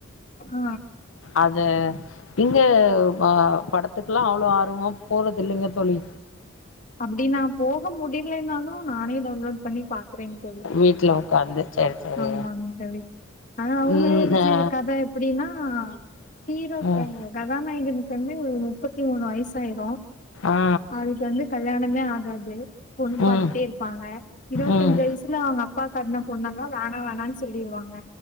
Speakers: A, on the left; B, on the left.
A: ஆ
B: அது இங்க வா படுத்துக்லா அவ்ளோ ஆர்வமா போறது இல்லைங்க தோழி
A: அப்டி நா போக முடியலனாலு‌ நானே டௌன்லோட் பண்ணி பாக் க்ரேங் தோழி
B: வீட்ல உக்காந்து சேரி சேரி
A: ஆமாங் தோழி ஆ லவ்மேச்சு
B: ம் ஆ
A: கத எப்டினா ஆ ஹீரோ ப்ப
B: ம்
A: கதாநாயகன் <unintelligible> முப்பு முப்பத்தி மூணு வயசாயிரும்
B: ஆ
A: அது வந்து கல்யாணமே ஆகாது பொண் பார்த்துட்டே
B: ம்
A: இருப்பாங்க இருவத்தஞ்சு
B: ம்
A: வயசுல அவங்க அப்பா காட்ன பொண்ணல்லா வேணா வேணனு சொல்லிருவாங்க